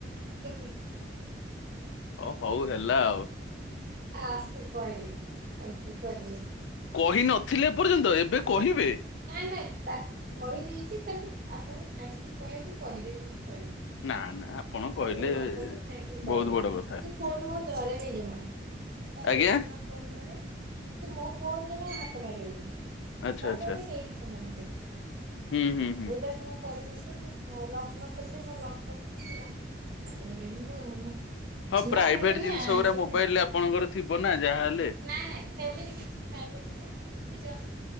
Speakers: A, on the right (about 50°); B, on the left (about 85°).
A: ହୁଁ ହୁଁ
B: ଅ ହଉ ହେଲା ଆଉ।
A: ଆ ସୁ କହିଲି ଥାଙ୍କ୍ୟୁ କହିଦେ।
B: କହି ନଥିଲେ ଏ ପର୍ଯ୍ୟନ୍ତ ଏବେ କହିବେ!
A: ନାଇଁ ନାଇଁ ତାକୁ କହିଦେଇଛି ତାକୁ ଆପଣଙ୍କୁ ଥାଙ୍କ୍ୟୁ କହିବାକୁ କହିଦେଇଛି ବୋଲି କହିଲି।
B: ନା ନା ଆପଣ କହିଲେ
A: ଆପଣଙ୍କୁ ଥାଙ୍କ୍ୟୁ କହିଦେ
B: ବହୁତ ବଡ କଥା
A: ସେ ଫୋନ ମୋ ଧରେନି ଜମା। ତା
B: ଆଜ୍ଞା
A: ଜେଜେମା ଫୋନ ଧରେ, ସେ ମୋ ଫୋନ ଜମା ହାତ ମାରିବନି।
B: ଆଚ୍ଛା
A: ମୋ
B: ଆଚ୍ଛା
A: ଫୋନ ରେ କେହି ହାତ ମାରନ୍ତିନି,
B: ହୁଁ ହୁଁ ହୁଁ।
A: ଓଲଟା ଯଦି ମୋ ପରମିସନ ଲକ୍ ନ ଖୋଲିଲେ ମୋ ଲକ୍ ପଡିଥିବ ଏକ୍ଚୁଆଲି ମୁଁ <unintelligible>
B: ହଁ
A: ଛୁଆ
B: ପ୍ରାଇଭେଟ
A: ମାନେ ନା
B: ଜିନିଷ
A: ଆଜିକାଲି
B: ଗୁଡା ମୋବାଇଲ ରେ ଆପଣଙ୍କର ଥିବ ନା ଯାହା ହେଲେ।
A: ନାଇଁ ନାଇଁ ସେମିତି କିଛି ପ୍ରାଇଭେଟ ନହିଁ ଏମିତି ଜଷ୍ଟ,